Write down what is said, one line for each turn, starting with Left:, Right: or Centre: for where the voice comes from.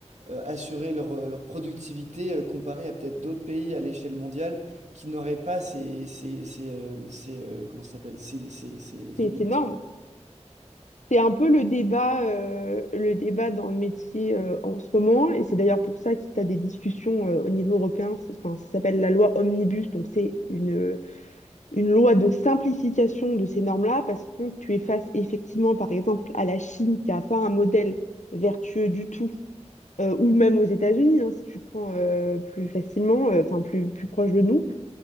Right: euh, assurer leur, euh, leur productivité euh, comparée à peut-être d'autres pays à l'échelle mondiale qui n'auraient pas ces, ces, ces, euh, ces, euh, comment ça s'appelle, ces, ces, ces
Left: C'est
Right: obligations?
Left: c'est énorme. C'est un peu le débat, euh, le débat dans le métier euh, en ce moment, et c'est d'ailleurs pour ça que tu as des discussions euh, au niveau européen. C'est- Enfin, ça s'appelle la loi Omnibus, donc c'est une, une loi de simplification de ces normes-là, parce que quand tu es face effectivement, par exemple, à la Chine qui n'a pas un modèle vertueux du tout, euh, ou même aux États-Unis, hein, si tu prends euh, plus facilement, euh, enfin plus, plus proche de nous,